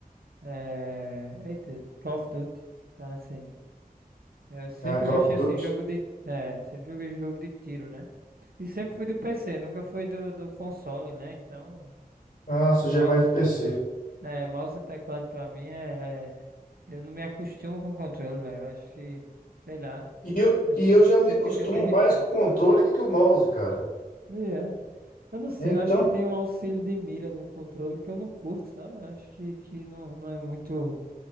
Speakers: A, on the right; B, on the left.
A: eh, eita, Call of Duty. Então, assim, eu sempre
B: ah, Call
A: gostei
B: of
A: assim,
B: Duty?
A: jogo de. É, sempre joguei jogo de tiro, né? E sempre fui do PC, nunca fui do, do console, né? Então,
B: Ah,
A: enfim,
B: você
A: mouse,
B: já é mais de PC.
A: né, mouse e teclado pra mim é. é- Eu não me acostumo com o controle, velho. Eu acho que, sei lá,
B: E eu,
A: acho
B: e eu
A: que
B: já
A: você
B: me acostumo
A: fica limitado.
B: mais com o controle que com o mouse, cara.
A: E é. Eu não sei,
B: É, então.
A: eu acho que tem um auxílio de mira no controle que eu não curto, sabe? Eu acho que, que não, não é muito